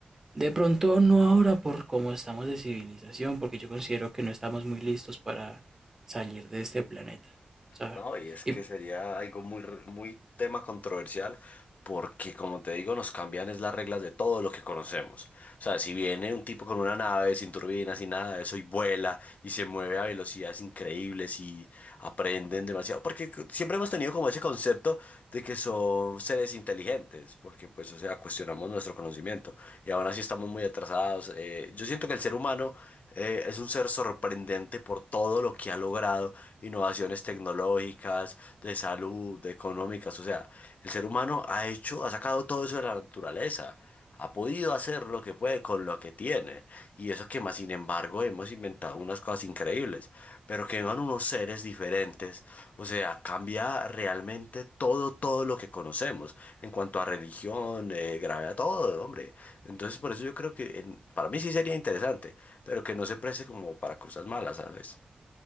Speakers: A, on the right (about 15°); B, on the left (about 60°).
A: De pronto no ahora por cómo estamos de civilización, porque yo considero que no estamos muy listos para salir de este planeta, ¿sabes?
B: No, y es
A: Y
B: que sería algo muy, r- muy tema controversial. Porque, como te digo, nos cambian es las reglas de todo lo que conocemos. O sea, si viene un tipo con una nave sin turbinas y nada de eso y vuela y se mueve a velocidades increíbles y aprenden demasiado. Porque c- siempre hemos tenido como ese concepto de que son seres inteligentes, porque pues, o sea, cuestionamos nuestro conocimiento y aún así estamos muy atrasados. Eh, yo siento que el ser humano eh, es un ser sorprendente por todo lo que ha logrado, innovaciones tecnológicas, de salud, de económicas. O sea, el ser humano ha hecho, ha sacado todo eso de la naturaleza. Ha podido hacer lo que puede con lo que tiene. Y eso que más, sin embargo, hemos inventado unas cosas increíbles. Pero que vengan unos seres diferentes. O sea, cambia realmente todo, todo lo que conocemos. En cuanto a religión, eh, gravedad, todo, hombre. Entonces, por eso yo creo que en- para mí sí sería interesante. Pero que no se preste como para cosas malas, ¿sabes?